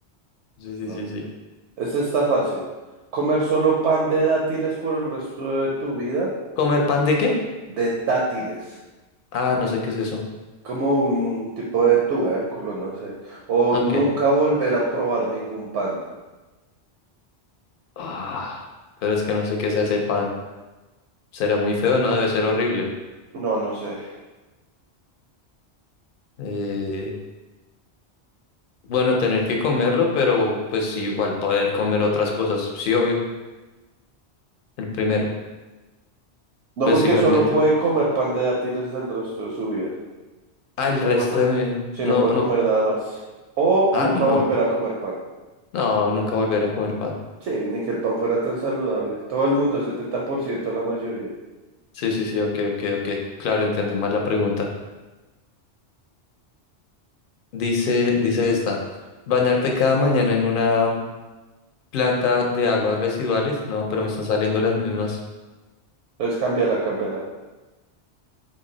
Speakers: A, on the left; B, on the right.
A: Sí, sí,
B: No.
A: sí, sí.
B: Este está fácil. Comer solo pan de dátiles por el resto de tu vida.
A: ¿Comer pan de qué?
B: De dátiles.
A: Ah, no sé qué es eso.
B: Como un tipo de tubérculo, no sé. O
A: Ok.
B: nunca volver a probar ningún pan.
A: Ah, pero es que no sé qué es ese pan. Será muy feo, ¿no? Debe ser horrible.
B: No, no sé.
A: Eh, Bueno, tener que comerlo, pero pues sí, igual poder comer otras cosas. Sí, obvio. El primero.
B: No,
A: Pues
B: porque
A: igualmente.
B: solo puede comer pan de dátiles del resto de su vida.
A: Ah, el
B: No
A: resto
B: puede comer.
A: de mi...
B: Sí,
A: No,
B: no puede
A: no.
B: comer nada más. O
A: Ah,
B: nunca
A: no.
B: volver a comer pan.
A: No, nunca volver a comer pan.
B: Sí, ni que el pan fuera tan saludable. Todo el mundo, setenta por ciento la mayoría.
A: Sí, sí, sí, ok, ok, ok. Claro, entendí mal la pregunta. Dice, dice esta. Bañarte cada mañana en una planta de aguas residuales. No, pero me están saliendo las mismas.
B: Entonces cámbiala, cámbiala.